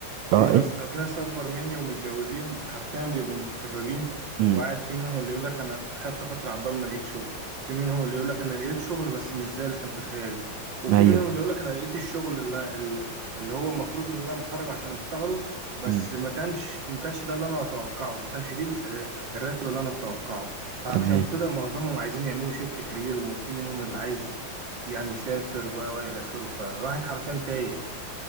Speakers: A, on the right (about 90°); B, on the right (about 65°).
A: اه
B: في ناس
A: انت
B: في ناس اكبر مني ومتجوزين حرفيا بيبقوا متخرجين
A: امم
B: وقاعد في منهم اللي يقول لك انا خدت فترة عبال ما لقيت شغل في منهم اللي يقول لك انا لقيت شغل بس مش زي اللي كان في خيالي وفي
A: ايوه
B: منهم اللي يقول لك انا لقيت الشغل اللي, اللي اللي هو المفروض ان انا متخرج عشان اشتغله بس
A: امم
B: ما كانش ما كانش ده اللي انا اتوقعه ما كانش دي ال- الراتب اللي انا اتوقعه فعشان
A: تمام
B: كده معظمهم عايزين يعملوا شيفت كارير وفي منهم اللي عايز يعني يسافر و و الى اخره فالواحد حرفيا تايه